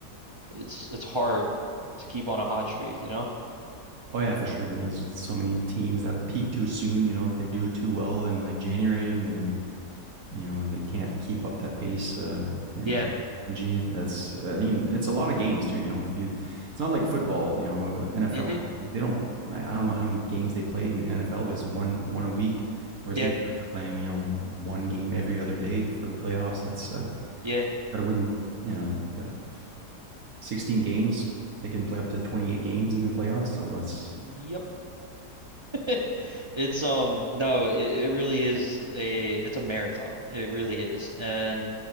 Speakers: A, on the right (about 35°); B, on the right (about 60°).
A: it's it's hard to keep on a hot streak, you know?
B: Oh yeah, for sure. And there's so many teams that peak too soon. You know, if they do too well in like January, and then you know they can't keep up that pace uh, and
A: Yeah.
B: that energy. That's I mean, it's a lot of games too. You know, if you, it's not like football. You know, NFL
A: hmm
B: they don't. I don't know how many games they play in the NFL, but it's one one a week. Whereas
A: Yeah.
B: these guys are playing, you know, one game every other day for the playoffs. That's uh,
A: Yeah.
B: got to win. You know, uh, sixteen games. They can play up to twenty eight games in the playoffs. So it's
A: Yep. <laughs> It's um no, it, it really is a it's a marathon. It really is. And